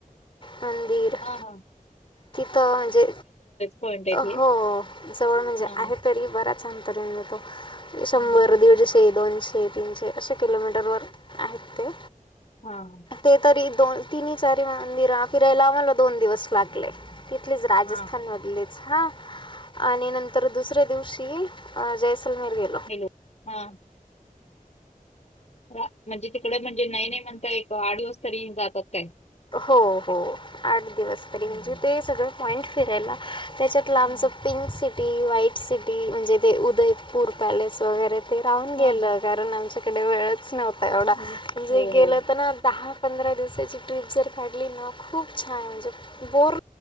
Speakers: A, on the left; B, on the left.
A: मंदीर, -
B: हा हां
A: तिथ म्हणजे,
B: पॉइंट आहे ते
A: हो जवळ म्हणजे
B: हा
A: आहेत. तरी बराच अंतर आहे ना तो शंभर,
B: ह
A: दीडशे, दोनशे, तीनशे अशे किलोमीटरवर आहेत ते.
B: हा हा.
A: ते तरी दोन, तिन्ही, चारी मंदिर फिरायला आम्हाला दोन दिवस लागले. तिथलेच राजस्थान
B: हा
A: मधलेच हा आणि नंतर तर दुसऱ्या दिवशी जैसलमेर गेलो.
B: हॅलो. हा. म्हणजे तिकड म्हणजे नाही नाही म्हणता एक आठ दिवस तरी जातात काय?
A: हो हो आठ दिवस तरी.
B: हम्म,
A: म्हणजे ते सगळं पॉइंट फिरायला त्याच्यात लांबच
B: हम्म,
A: पिंक सिटी, व्हाईट सिटी, म्हणजे ते उदयपूर पॅलेस वगैरे ते राहून गेलं.
B: हा हा
A: कारण आमच्याकडे वेळच नव्हता एवढा.
B: हम्म,
A: म्हणजे
B: हो
A: गेलं
B: हो
A: तर ना, दहा पंधरा दिवसाची ट्रीप जर काढली ना, खूप छान. म्हणजे बोर